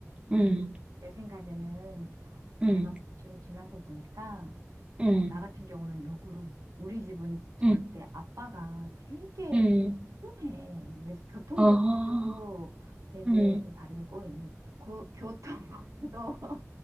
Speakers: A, on the right; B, on the right.
A: 음,
B: 음,
A: 내 생각에는
B: 음,
A: 내가 지금 지나서 보니까
B: 음,
A: 어, 나 같은 경우는 역으로 우리 집은 절대
B: 음,
A: 아빠가 되게
B: 음,
A: 시원해. 그래서 교통법부도
B: 아,
A: 되게
B: 음,
A: 발음이 꼬이니 고, 교통법부도